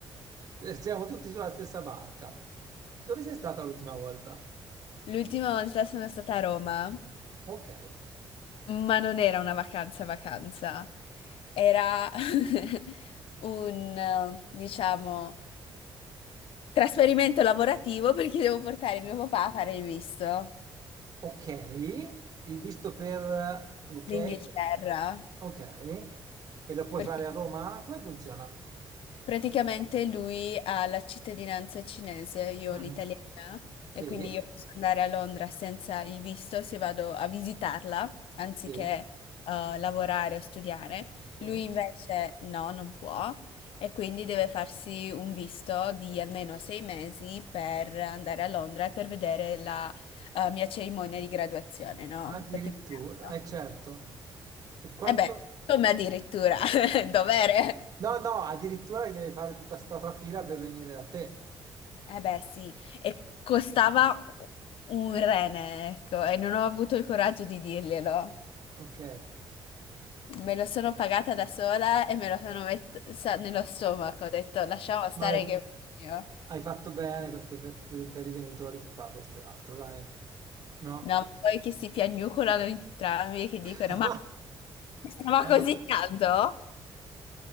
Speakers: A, on the right; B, on the left.
A: Eh, Siamo tutti sulla stessa barca. Dove sei stata l'ultima volta?
B: <laughs> L'ultima volta sono stata a Roma,
A: Ok,
B: ma non era una vacanza vacanza, era <laughs> un, eh, diciamo, trasferimento lavorativo perché devo portare mio papà a fare il visto,
A: ok. Il visto per eh, l'UK?
B: l'Inghilterra.
A: Ok. E lo puoi
B: perché
A: fare a Roma? Come funziona?
B: Praticamente lui ha la cittadinanza cinese, io
A: Mm.
B: ho l'italiana,
A: Sì,
B: e quindi io posso andare a Londra senza il visto se vado a visitarla, anziché
A: sì,
B: eh, lavorare o studiare.
A: sì.
B: Lui invece no, non può, e quindi deve farsi un visto di almeno sei mesi per andare a Londra e per vedere la eh, mia cerimonia di graduazione, no?
A: Addirittura,
B: Perché mi cambio.
A: è certo. E quanto...
B: E beh, come addirittura, <laughs> dovere.
A: No, no, addirittura che deve fare tutta sta trafila per venire da te.
B: Eh beh, sì, e costava un rene, ecco, e non ho avuto il coraggio di dirglielo.
A: Ok?
B: Me lo sono pagata da sola e me lo sono messa nello stomaco. Ho detto,
A: M-
B: lasciamo stare
A: Ma hai
B: che io.
A: hai fatto bene perché per, per i genitori si fa questo e l'altro, dai. No?
B: No, ma poi che si piagnucolano entrambi, che
A: <laughs>
B: dicono, ma stava
A: Ma-
B: così tanto?